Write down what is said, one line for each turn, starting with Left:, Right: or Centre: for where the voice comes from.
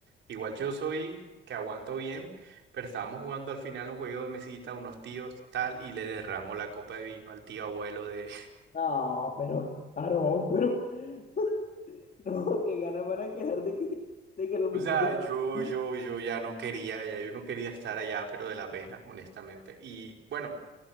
Right: Igual yo soy que aguanto bien, pero estábamos jugando al final un juego de mesita, unos tíos, tal, y le derramo la copa de vino al tío abuelo de.
Left: No, pero, Aarón, pero, <laughs> no, que ganas van a quedar de que, de que los
Right: O
Left: visites.
Right: sea, yo,
Left: no-
Right: yo,
Left: <laughs>
Right: yo ya no quería, ya yo no quería estar allá, pero de la pena, honestamente. Y bueno,